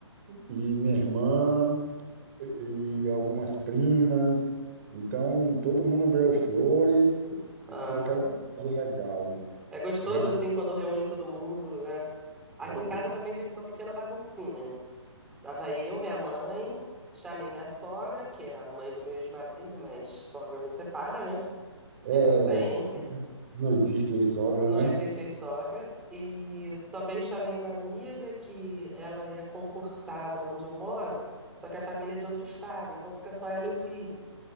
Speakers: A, on the right; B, in the centre.
A: e minha irmã e, e algumas primas. Então, todo mundo ganhou flores
B: Ah,
A: e foi aquela coisa legal.
B: é gostoso
A: Realmente,
B: assim quando reúne todo mundo, né? Aqui
A: olha,
B: em casa eu também fiz uma pequena baguncinha. Tava eu, minha mãe, chamei minha sogra, que é a mãe do meu ex-marido, mas sogra não separa, né?
A: É,
B: É pra sempre.
A: não existe aí sogra,
B: Não
A: né?
B: existe ex-sogra. E também chamei uma amiga que ela é concursada onde eu moro, só que a família é de outro estado, então fica só ela e o filho.